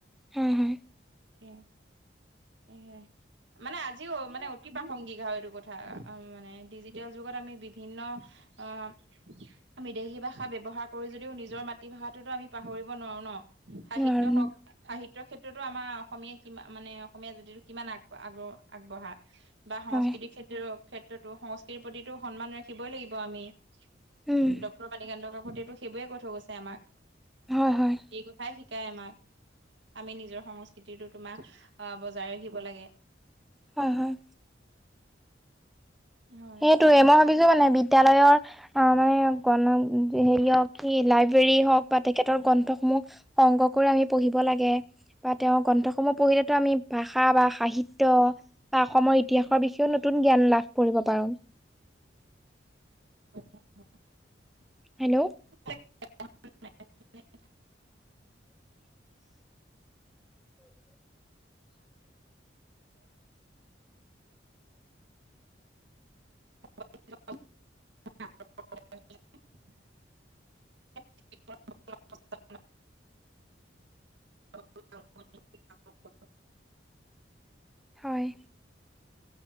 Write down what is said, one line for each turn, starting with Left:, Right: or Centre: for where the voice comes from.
Centre: হয় হয়
Right: হম হেয়া। মানে আজিও মানে অতি প্ৰাসংগিকা হয় এইটো কথা মানে ডিজিটেল যুগত আমি বিভিন্ন অ', বিদেশী ভাষা ব্যৱহাৰ কৰো যদিও নিজৰ মাতৃভাষাটোতো আমি পাহৰিব নোৱাৰো ন'। সাহিত্য
Centre: আৰু
Right: হওক সাহিত্যৰ ক্ষেত্ৰতো আমাৰ অসমীয়া কি মানে অসমীয়া জাতিটো কিমান আগ আগবঢ়া। বা সংস্কৃতিক
Centre: হয়
Right: ক্ৰ ক্ষেত্ৰতো সংস্কৃতিৰ প্ৰতিটো সন্মান ৰাখিবই লাগিব আমি। ডক্টৰ
Centre: উম
Right: বাণীকান্ত কাকতিয়ে সেইবোৰে কৈ থৈ গৈছে আমাক।
Centre: হয় হয়।
Right: এই কথাই শিকাই আমাক আমি নিজৰ সংস্কৃতিটো তোমাক বজাই ৰাখিব লাগে।
Centre: হয় হয়।
Right: হয়
Centre: সেইটয়ে মই ভাবিছো মানে বিদ্যালয়ৰ অ মানে গণ হেৰিয় লাইব্ৰেৰী হওক বা তে খেতৰ গ্ৰন্থসমূহ সংগ্ৰ কৰি আমি পঢ়িব লাগে বা তেওঁৰ গ্ৰন্থসমূহ পঢ়িলেতো আমি ভাষা ভাষা বা সাহিত্য বা অসমৰ ইতিহাসৰ বিষয়ও নতুন জ্ঞান লাভ কৰিব পাৰো।
Right: <unintelligible>
Centre: হেল্ল'?
Right: <unintelligible>
Centre: <unintelligible>
Right: <unintelligible> <unintelligible> <unintelligible>
Centre: হয়।